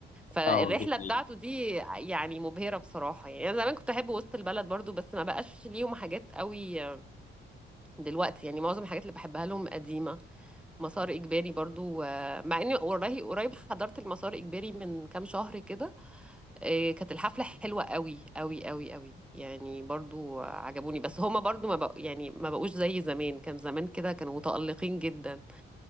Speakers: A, in the centre; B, on the left.
A: فالرحلة
B: اه دي حقيقة
A: بتاعته دي يعني مبهرة بصراحة يعني أنا زمان كنت أحب وسط البلد برضو بس ما بقاش ليهم حاجات قوي دلوقتي يعني معظم الحاجات اللي بحبها لهم قديمة مسار إجباري برضو آه، مع إني قريب قريب حضرت المسار إجباري من كام شهر كده آه، كانت الحفلة حلوة قوي قوي قوي قوي يعني برضو آه، عجبوني بس هما برضو ما بق... يعني ما بقوش زي زمان كان زمان كده كانوا متألقين جدا